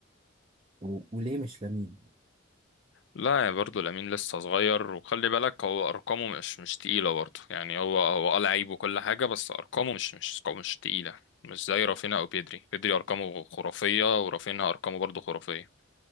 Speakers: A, on the right; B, on the left.
A: و- وليه مش لامين؟
B: لا يا برضه لامين لسه صغير وخلي بالك هو ارقامه مش مش تقيله برضه يعني هو هو اه لعيب وكل حاجه بس ارقامه مش مش مش تقيله مش زي رافينا او بيدري بيدري ارقامه خرافيه ورافينا ارقامه برضه خرافيه